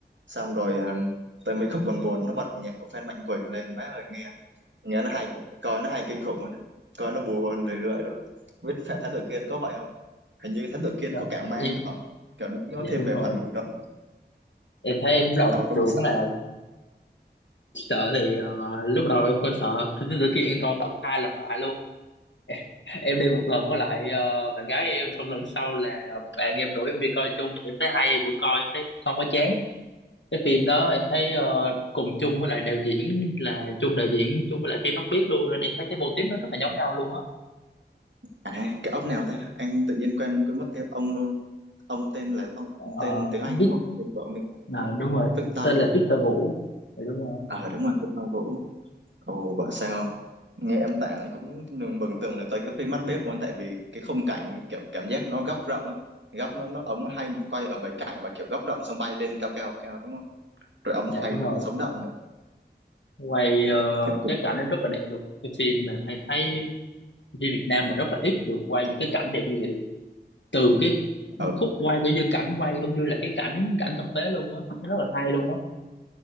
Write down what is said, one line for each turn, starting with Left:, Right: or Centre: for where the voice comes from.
Right: xong rồi ờ, tới mấy khúc buồn buồn nó bật nhạc của Phan Mạnh Quỳnh lên má ơi nghe nghe nó hay coi nó hay kinh khủng luôn á. coi nó buồn rười rượi luôn Không biết Phan Thám Tử Kiên có vậy không hình như Thám Tử Kiên
Left: Trời,
Right: có cả ma
Left: em
Right: nữa phải không kiểu nó nó
Left: dạ
Right: thêm
Left: đúng
Right: về
Left: rồi
Right: phần rùng rợn
Left: em thấy em lúc đầu
Right: coi có
Left: tưởng
Right: bị sợ
Left: là sợ thì ờ, lúc đầu em coi sợ phim tới kia em coi tận hai lần lại luôn em đi một lần với lại ờ, bạn gái em xong lần sau là bạn em rủ em đi coi chung em thấy hay em vẫn coi em thấy không có chán cái phim đó em thấy ờ, cùng chung với lại đạo diễn là chung đạo diễn chung với lại phim mắt biết luôn nên em thấy cái mô típ nó rất là giống nhau luôn á
Right: à cái ông nào thế anh tự nhiên quen quên mất tiêu ông ông tên là ông, ông
Left: Ờ,
Right: tên tiếng Anh
Left: Vic
Right: đúng không tên của ông tiếng
Left: à, đúng rồi
Right: Victor
Left: tên là Victor Vũ dạ đúng rồi
Right: ờ đúng rồi cái Phong Vũ ồ bảo sao nghe em tả này cũng mường- mường tượng được tới cái phim Mắt Biếc của anh tại vì cái khung cảnh kiểu cảm giác nó góc rộng ấy góc nó nó ống hay quay ở mấy cảnh mà kiểu góc rộng xong bay lên cao cao cao đúng không rồi âm
Left: dạ
Right: thanh
Left: đúng
Right: nó
Left: rồi
Right: cũng sống động nữa
Left: quay ờ,
Right: Cái cục-
Left: cái cảnh nó rất là đẹp luôn cái phim mà thầy thấy phim Việt Nam mà rất là ít được quay những cái cảnh đẹp như vậy từ cái
Right: ờ
Left: khúc quay kiểu như cảnh quay cũng như là cái cảnh cảnh thực tế luôn á Nó rất là hay luôn á